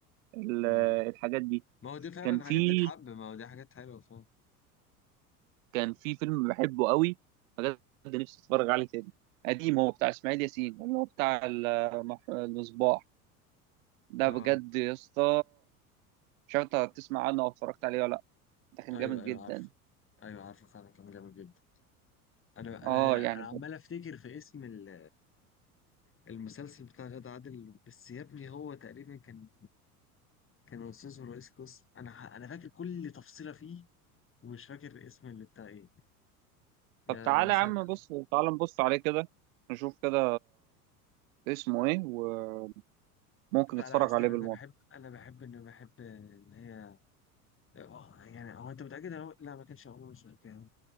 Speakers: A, on the right (about 60°); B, on the left (about 25°).
A: ال-
B: اه
A: الحاجات دي
B: ما هو دي فعلا
A: كان في
B: حاجات تتحب ما هو دي حاجات حلوه فعلا
A: كان في فيلم بحبه قوي بجد نفسي اتفرج عليه تاني قديم هو بتاع اسماعيل ياسين اللي هو بتاع المح- المصباح ده
B: اه
A: بجد يا اسطى مش عارف انت هتسمع عنه او اتفرجت عليه ولا لا ده كان
B: ايوه
A: جامد
B: ايوه
A: جدا
B: عارف ايوه عارفه فعلا كان جامد جدا انا
A: اه
B: انا
A: يعني
B: انا
A: بجد.
B: عمال افتكر في اسم ال- المسلسل بتاع غادة عادل بس يا ابني هو تقريبا كان كان استاذ ورئيس قسم انا ح- انا فاكر كل تفصيله فيه ومش فاكر اسم اللي بتاع ايه يا
A: طب تعالى
B: ساتر
A: يا عم بص تعالى نبص عليه كده نشوف كده اسمه ايه وممكن
B: لا
A: نتفرج
B: لا استنى
A: عليه بالمره
B: انا بحب انا بحب ان بحب اللي هي آه، يعني هو انت متأكد إن هو لا ما كانش عمر الشركاوي